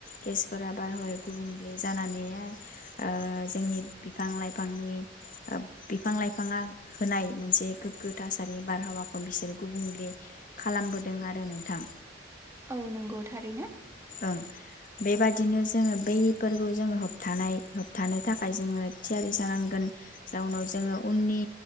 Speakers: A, on the left; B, on the right.
A: गेसफोरा बारहावाया गुबुंले जानानै ओ जोंनि बिफां लाइफांनि बिफां लाइफाङा होनाय मोनसे गोग्गो थासारि बारहावाखौ बिसोरो गुबुंले खालामबोदों आरो नों थां।
B: औ नंगौ थारैनो।
A: ओं बेबादिनो जोङो बैफोरखौ जोङो होबथानाय होबथानो थाखाय जोङो थियारि जानांगोन जाउनाव जोङो उननि